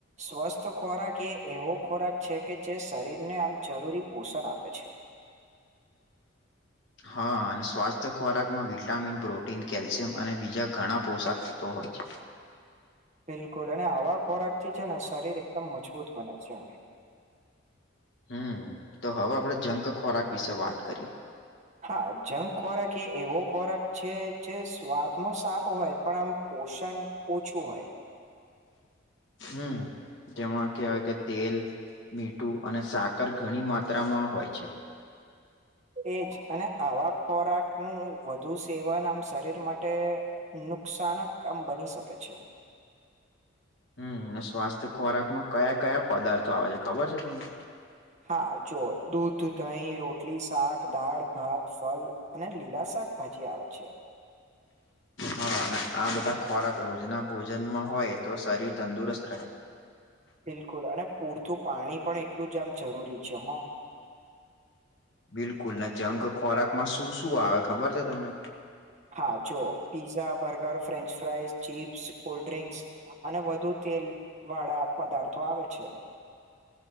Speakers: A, on the right (about 35°); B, on the left (about 65°).
A: સ્વસ્થ ખોરાક એ એવો ખોરાક છે કે જે શરીરને આમ જરૂરી પોષણ આપે છે
B: હા અને સ્વાસ્થ્ય ખોરાકમાં વિટામિન પ્રોટીન કેલ્શિયમ અને બીજા ઘણા પોશાક તો હોય છે
A: બિલકુલ અને આવા ખોરાક થી છે ને શરીર એકદમ મજબૂત બને છે
B: હમ તો હવે આપડે જંક ખોરાક વિશે વાત કરીએ
A: હા જંક ખોરાક એ એવો ખોરાક છે જે સ્વાદમાં સારો હોય પણ આમ પોષણ ઓછું હોય
B: હમ જેમાં કહેવાય કે તેલ મીઠું અને સાકર ઘણી માત્રામાં હોય છે
A: એજ અને આવા ખોરાક નું વધુ સેવન આમ શરીર માટે નુકસાનક આમ બની શકે છે
B: હમ અને સ્વાસ્થ્ય ખોરાકમાં કયા કયા પદાર્થો આવે છે ખબર છે તમને
A: હા જોઓ દૂધ દહીં રોટલી શાક દાળ ભાત ફલ અને લીલા શાક પછી આવેત છે
B: હા અને આ બધા ખોરાક રોજના ભોજનમાં હોય તો શરીર તંદુરસ્ત રહે
A: બિલકુલ અને પૂરતું પાણી પણ એટલું જ આમ જરૂરી છે હ
B: બિલકુલ ને જંગ ખોરાકમાં શું શું આવે ખબર છે તમને
A: હા જો pizza burger French fry chips cold drinks અને વધુ તેલ વાળા પદાર્થો આવે છે